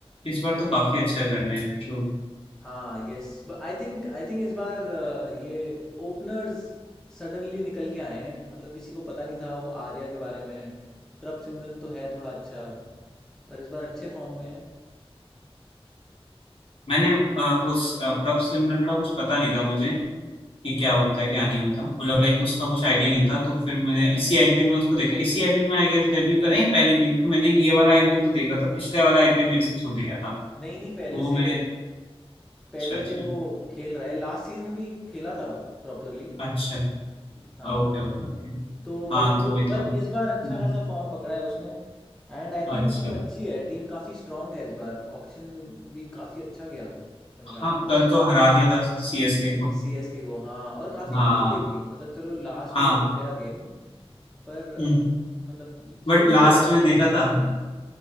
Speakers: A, on the left; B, in the centre.
A: इस बार
B: कुछ
A: तो काफी अच्छा कर रहे हैं ट्रू
B: हाँ यस बट आई थिंक आई थिंक इस बार अ, ये ओपनर्स सडनली निकल के आए हैं मतलब किसी को पता नहीं था वो आर्या के बारे में प्रभ सिमरन तो है थोड़ा अच्छा पर इस बार अच्छे फॉर्म में है
A: मैंने आ, वो स- अ, प्रभ सिमरन का कुछ पता नहीं था मुझे कि क्या होता है क्या नहीं होता मतलब लाइक उसका कुछ आइडिया नहीं था तो फिर मैंने इसी आईपीएल में उसको देखा इसी आईपीएल में आई गेस डेब्यू करा या पहले भी तो मैंने ये वाला आईपीएल तो देख रहा था पिछले वाला आईपीएल मेरे से छूट गया था
B: नहीं नहीं
A: तो
B: पहले
A: वो
B: से
A: मैंने
B: पहले
A: अच्छा अच्छा
B: से वो खेल रहा है लास्ट सीजन भी खेला था प्रॉपरली
A: अच्छा
B: हाँ
A: ओके ओके ओके
B: तो बट
A: हाँ तो वही
B: पर
A: था हम्म,
B: इस बार अच्छा खासा फॉर्म पकड़ा है उसने एंड आई थिंक
A: अच्छा
B: टीम अच्छी है टीम काफ़ी स्ट्रांग है इस बार ऑक्शन भी काफ़ी अच्छा गया पंजाब
A: हाँ कल तो हरा दिया था सीएसके को
B: सीएसके को हाँ और काफ़ी
A: हाँ
B: कंफर्टेबली मतलब चलो लास्ट
A: हाँ
B: ओवर तक गया गेम पर अ,
A: हम्म,
B: मतलब
A: बट
B: शुरू
A: लास्ट
B: से लग रहा
A: में देखा
B: था कि यही
A: था
B: जीतेंगे